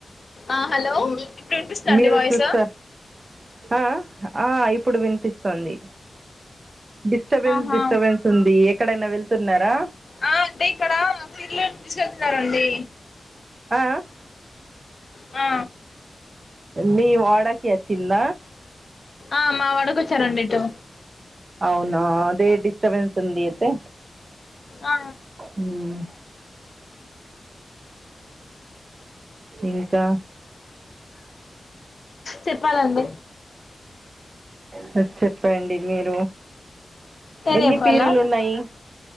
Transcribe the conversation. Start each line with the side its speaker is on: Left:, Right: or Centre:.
Left: ఆ హలో ఇప్పుడు వినిపిస్తాండి
Right: మీరు
Left: వాయిస్
Right: చూస్తారు ఆ ఆ ఇప్పుడు వినిపిస్తోంది డిస్టబెన్స్
Left: ఆహా
Right: డిస్టబెన్స్ ఉంది ఎక్కడైనా వెళ్తున్నారా
Left: ఆ అంటే ఇక్కడ పిల్లలు తీసుకెళ్తున్నారండి
Right: ఆ
Left: ఆ
Right: మీ వాడాకి వచ్చింద
Left: ఆ మా వాడకొచ్చారండి ఇటు
Right: అవునా అదే ఎతే
Left: ఆ
Right: హ ఇంకా
Left: చెప్పాలండి
Right: సరీ చెప్పండి మీరు
Left: నేనే
Right: ఎన్ని
Left: చెప్పాల్నా
Right: పీరులు ఉన్నాయి